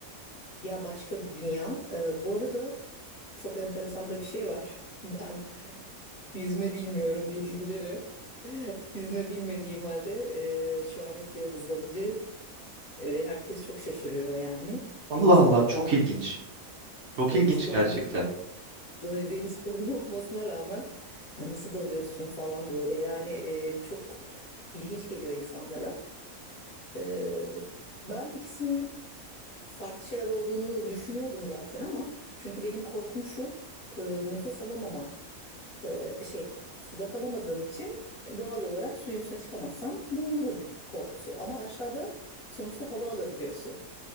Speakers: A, on the left; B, on the right.
A: Ya başka bir dünya. E, bu arada çok enteresan da bir şey var. <laughs> Ben yüzme bilmiyorum diyebilirim. <laughs> Yüzme bilmediğim halde e, şu an iki yıldız dalıcı ve herkes çok şaşırıyor yani.
B: Allah
A: Deniz
B: Allah
A: fobim
B: çok
A: ol,
B: ilginç. Çok
A: deniz
B: ilginç
A: fobim
B: gerçekten.
A: da- deniz <laughs> fobim olmasına rağmen "Ha, nasıl dalıyorsun falan böyle yani e, çok ilginç geliyor insanlara. E, ben ikisinin farklı şeyler olduğunu düşünüyordum zaten ama çünkü benim korkum şu e, nefes alamama e, şey suda kalamadığım için e, doğal olarak suyun üstüne çıkamazsam boğulurum korkusu ama aşağıda sonuçta hava alabiliyorsun.